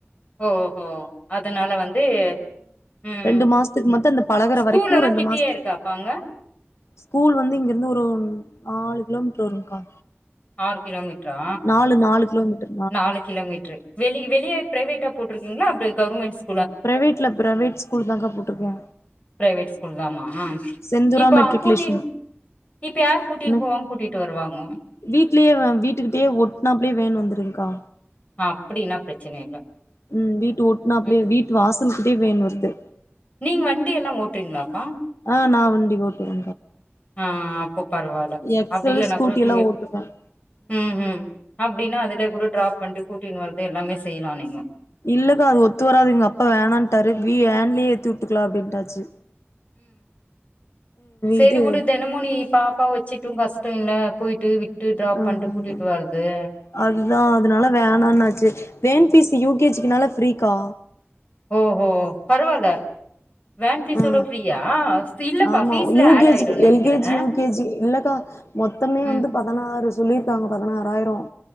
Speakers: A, on the left; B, on the left.
A: ஓஹோ அதனால வந்து ம்
B: ரெண்டு மாசத்துக்கு மட்டு அந்த பழகுற
A: ஸ்கூல்லல்லா
B: வரைக்கு ரெண்டு
A: கிட்டியே
B: மாசத்துக்கு
A: இருக்கா பாங்க
B: ஸ்கூல் வந்து இங்கிருந்து ஒரு நாலு கிலோமீட்டர் வருங்கா
A: ஆறு கிலோ மீட்ரா
B: நாலு நாலு கிலோமீட்டர்
A: நாலு கிலோமீட்ரு வெளிய வெளிய ப்ரைவேட்டா போட்டிருக்கீங்களா அவரு கவர்மெண்ட்ஸ்
B: ப்ரைவேட்ல ப்ரைவேட் ஸ்கூல் தாக்கா போட்டிருக்கோ
A: ப்ரைவேட் ஸ்கூல் தாமா
B: செந்தூரா
A: இப்ப
B: மெட்ரிகுலேஷன்
A: அம்புட்டின் இப்ப யாரு கூட்டின்னு
B: எனக்கு
A: போவாங்க கூட்டிட்டு வருவாங்க
B: வீட்லயே வீட்டுக்கிட்டயே ஒட்னாப்பலயே வேன் வந்துருங்க்கா
A: அப்டின்னா பிரச்சனை இல்ல
B: ம் வீட்டு ஓட்னாப்லே
A: ம்
B: வீட்டு வாசலுகிட்டே வேன் வருது
A: நீங்க வண்டி எல்லா ஓட்டுவிங்ளாப்பா
B: ஆ நா வண்டி ஓட்டுவே
A: ஆ அப்போ பரவால்ல
B: எக்ஸலு
A: அப்படி இல்லனா
B: ஸ்கூட்டி
A: கூட
B: எல்லாம்
A: வி
B: ஓட்டுவேன்
A: ம் ம் அப்படின்னா அதுல கூட ட்ராப் பண்ணிட்டு கூட்டின்னு வந்து எல்லாமே செய்லாமே
B: இல்லக்கா அது ஒத்து வராதுங்க அப்பா வேணான்ட்டாரு வீ வேன்லயே ஏத்துட்டுக்கலா அப்படின்டாச்சு
A: சேரி
B: இது
A: வுடு தினமு நீ பாப்பாவ வச்சிட்டு உன் ஹஸ்பண்ட்ட போயிட்டு வி ட்டு ட்ராப்
B: ஆ
A: பண்ட்டு கூட்டிட்டு வரது
B: அதுதா அதனால வேணான்னாச்சு van fees U K G க்குனால ஃப்ரீக்கா
A: ஓ ஓ பரவால்ல வேன் ஃபீஸோட
B: ஆ
A: ஃப்ரீயா இல்லப்பா
B: ஆமா
A: ஃபீஸ்ல
B: யூ
A: ஆட்
B: கே
A: ஆயிடும்னு
B: ஜி க்கு
A: நெனைக்கிறே
B: எல் கே ஜி யூ கே ஜி இல்லக்கா மொத்தமே வந்து
A: ம்
B: பதினாறு சொல்லியிருக்காங்க பதினாறாயிரம்